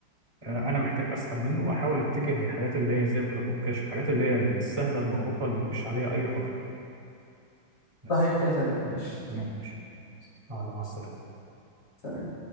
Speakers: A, on the right; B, on the left.
A: آه، أنا محتاج أسحب منه وأحاول أتجه للحاجات اللي هي زي فودافون كاش الحاجات اللي هي السهلة المعروفة اللي مفيش عليها أي خطر بس
B: صحيح كده تمام ماشي
A: تمام ماشي مع مع السلامة
B: تمام